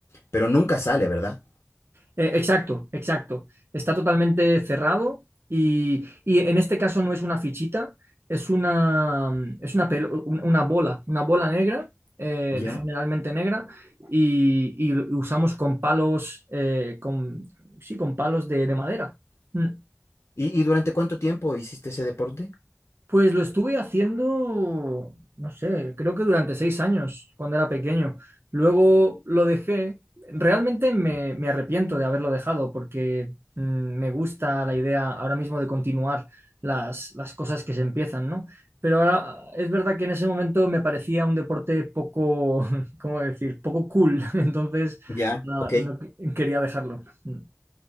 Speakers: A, on the left (about 70°); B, on the right (about 55°).
A: pero nunca sale, ¿verdad?
B: Eh, exacto, exacto. Está totalmente cerrado y, y en este caso no es una fichita, es una, mm, es una, pelo- un- una bola, una bola negra, eh,
A: Ya.
B: generalmente negra, y, y lo usamos con palos, eh, con, sí, con palos de, de madera. Mm.
A: ¿Y, y durante cuánto tiempo hiciste ese deporte?
B: Pues lo estuve haciendo, no sé, creo que durante seis años, cuando era pequeño. Luego lo dejé. Realmente me, me arrepiento de haberlo dejado porque mm, me gusta la idea ahora mismo de continuar las, las cosas que se empiezan, ¿no? Pero ahora es verdad que en ese momento me parecía un deporte poco, <laughs> ¿cómo decir? Poco cool. <laughs> Entonces,
A: Ya.
B: no,
A: Ok.
B: no que- quería dejarlo. Mm.